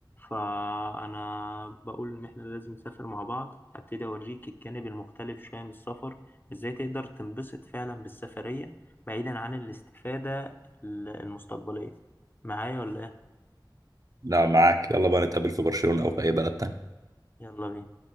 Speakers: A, on the left (about 25°); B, on the right (about 45°).
A: فانا بقول ان احنا لازم نسافر مع بعض هبتدي اوريك الجانب المختلف شويه من السفر ازاي تقدر تنبسط فعلا بالسفريه بعيدا عن الاستفاده المستقبليه معايا ولا ايه
B: لا معاك يلا بقى نتقابل في برشلونة او في اي بلد تاني
A: يلا بينا